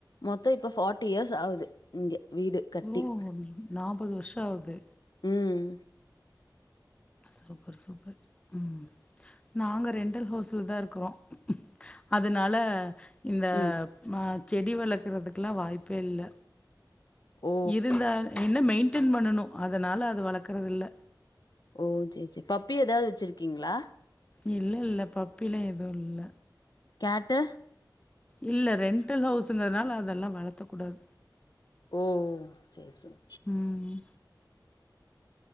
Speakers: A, on the left (about 60°); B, on the left (about 15°).
A: மொத்தோ இப்ப ஃபார்ட்டி இயர்ஸ் ஆகுது இங்க வீடு கட்டி
B: ஓ நாற்பது வருஷம் ஆகுது
A: உம்
B: செரி செரி ம் நாங்க ரெண்ட்டட் ஹவுஸ்லதா இருக்குறோ அதனால இந்த
A: ம்
B: ஆ செடி வளக்குறதுக்கெல்லா வாய்ப்பே இல்ல
A: ஓ
B: இருந்தால் என்ன மெயின் டெய்ன் பண்ணனு அதனால அது வளக்கறது இல்ல
A: ஓ சேரி சேரி பப்பி ஏதாவது வச்சிருக்கீங்ளா
B: இல்ல இல்ல பப்பிலா எதுவு இல்ல
A: கேட்டு
B: இல்ல ரெண்டல் ஹவுஸுங்கிறதுனால அதெல்லா வளத்தக்கூடாது
A: ஓ சேரி சரி
B: ம்